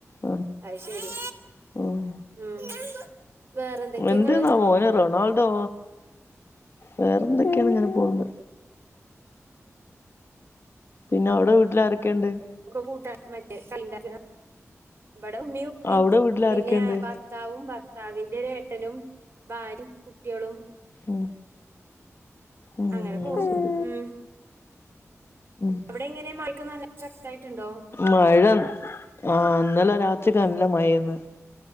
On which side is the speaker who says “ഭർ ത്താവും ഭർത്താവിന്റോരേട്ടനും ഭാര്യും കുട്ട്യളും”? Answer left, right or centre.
Right